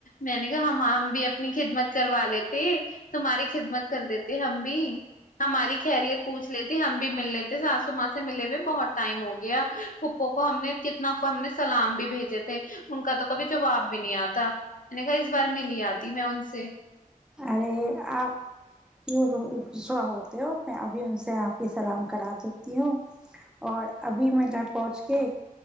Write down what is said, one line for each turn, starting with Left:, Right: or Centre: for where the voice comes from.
Left: میں نے کہا ہم ہم بھی اپنی خدمت کروا لیتے تمہاری خدمت کر دیتے ہم بھی ہماری خیریت پوچھ لیتے ہم بھی ہم بھی مل لیتے ساسو ماں سے ملے ہوئے بھی بہت ٹائم ہو گیا پھپھو کو ہم نے کتنا ہم نے سلام بھی بھیجے تھے ان کا تو کبھی جواب بھی نہیں آتا میں نے کہا اس بار ملی آتی میں ان سے
Centre: ارے آپ کیوں غصہ ہوتے ہو میں ابھی ان سے آپ کی سلام کرا دیتی ہوں اور ابھی میں گھر پہنچ کے